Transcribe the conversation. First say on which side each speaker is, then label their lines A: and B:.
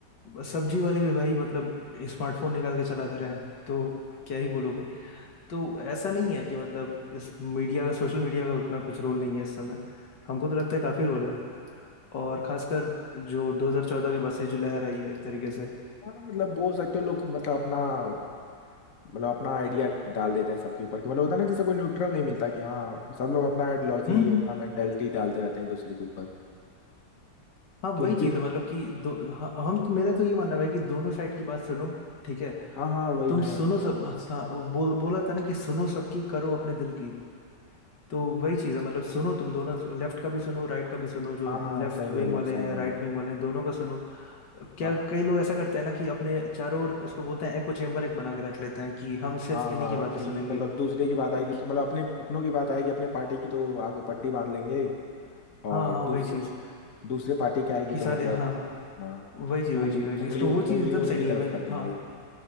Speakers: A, on the left; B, on the left.
A: सब्जी वाले भी भाई मतलब स्मार्टफोन निकाल के चलाते रहे हैं तो क्या ही बोलोगे तो ऐसा नहीं है कि मतलब इस मीडिया का सोशल मीडिया का उतना कुछ रोल नहीं है इस समय हमको तो लगता है काफ़ी रोल है और खासकर जो 2014 के बसे जो लहर आई है एक तरीके से
B: हाँ मतलब बोल सकते हो लोग मतलब अपना मतलब अपना आइडिया डाल देते हैं सबके ऊपर कि मतलब होता है ना जैसे कोई न्यूट्रल नहीं मिलता कि हाँ सब लोग अपना आइडियोलॉजी
A: हम्म
B: अपना
A: हम्म
B: मेंटेलिटी डालते रहते हैं एक दूसरे के ऊपर
A: हाँ वही
B: कि उनकी
A: चीज़ है मतलब कि दो हाँ, हम मेरा तो ये मानना है भाई कि दोनों साइड की बात सुनो ठीक है
B: हाँ हाँ वही
A: तुम
B: ना
A: सुनो सब हाँ, बोल बोला था ना कि सुनो सबकी करो अपने दिल की तो वही चीज़ है मतलब सुनो तुम दोनों लेफ्ट का भी सुनो राइट का भी सुनो जो
B: हाँ हाँ
A: लेफ्ट
B: सही
A: विंग
B: बोल रहे
A: वाले
B: हो सही
A: हैं
B: बोल
A: राइट
B: रहे हो
A: विंग वाले हैं दोनों का सुनो क्या
B: हाँ
A: कई लोग ऐसा करते हैं ना कि अपने चारों ओर उसको बोलते हैं एको चेम्बर एक बना के रख लेते हैं कि हम सिर्फ
B: हाँ
A: इन्हीं
B: हाँ
A: की बातें
B: कि
A: सुनेंगे
B: मतलब दूसरे की बात आएगी
A: ओके
B: तो मतलब अपने अपनों की बात आएगी अपने पार्टी की तो आगे पट्टी बांध लेंगे और
A: हाँ हाँ
B: दूसरे
A: वही चीज़
B: दूसरे पार्टी की आएगी
A: कि
B: तो
A: सारे
B: मतलब
A: हाँ
B: हाँ
A: वही चीज
B: तो
A: वही
B: उंगली
A: चीज वही चीज
B: उंगली
A: तो वो
B: उंगली
A: चीज एकदम
B: उन्हीं
A: सही नहीं
B: की तरफ
A: है भाई
B: कर देंगे
A: हाँ